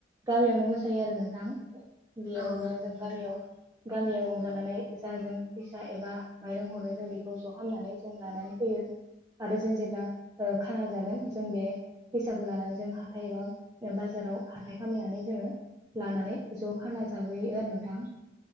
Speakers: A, on the right; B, on the left.
A: गामियावनो मोसायो आरो नोंथां बेयावनो
B: औ नंगौ
A: जों
B: नोंथां
A: गामियाव गामियाव रंजानानै जा जों फैसा एबा माइरं हरो जों बेखौ ज खालामनानै जों लानानै फैयो आरो जों जेब्ला ओ खाना जागोन जों बे फैसाखौ लानानै जों हाथाय एबा बाजाराव हाथाय खामायनानै जोङो लानानै ज खाना जाबोयो आरो नोंथां